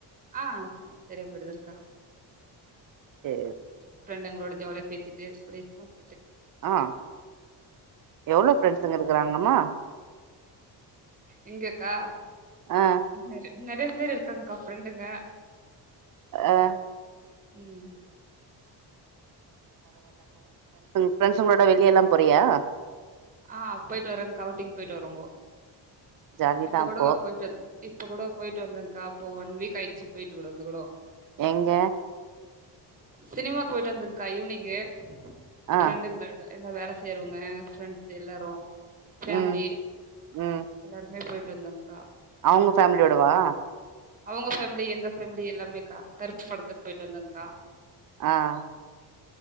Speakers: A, on the right; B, on the right.
A: ஆ சரியாப்போய்டுதுங்க்கா
B: சேரி
A: ஃப்ரெண்டுங்குளோடது ஜாலியா பேசிட்டு டுடே
B: ஆஹ் எவ்ளோ பிரரெண்ட்ஸுங்க இருக்கறாங்கம்மா
A: எங்கெக்கா
B: ஆ
A: னரு நேறய பேர் இருக்காங்க்கா ஃப்ரெண்டுங்க
B: ஆஹ்
A: உம்
B: ப்ஃரெண்ட்ஸ்ங்ளோட வெளிய எல்லாம் போரியா
A: ஆஹ் போயிட்டு வரேங்க அவுட்டின் போயிட்டு வரோங்கொ
B: ஜாலிதா
A: இப்ப
B: அப்போ
A: கொடோ போயிட்டு வந் இப்போ குடோ போயிட்டு வந்தங்க்கா அப்போ ஒன் வீக் ஆயிச்சு போயிட்டு <unintelligible>
B: எங்க
A: சினிமா போயிட்டு வந்துங்க்கா ஈவினிங்கூ
B: ஆ
A: ஃப்ரெண்டுங்ளோட எல்லா வேல செய்ரூவங்கே ஃப்ரெண்ட்ஸ் எல்லாரூ பேஃம்லி
B: ம் ம்
A: எல்லாருமே பொயிட் டெந்தன்க்கா <unintelligible>
B: அவுங்க பேஃம்லியோட வா
A: அவங்க ஃபேம்லி எங்க ஃபேம்லி எல்லாமேக்கா கருப்பு படத்துக் போயிட்டு வந்தங்க்கா
B: ஆஹ்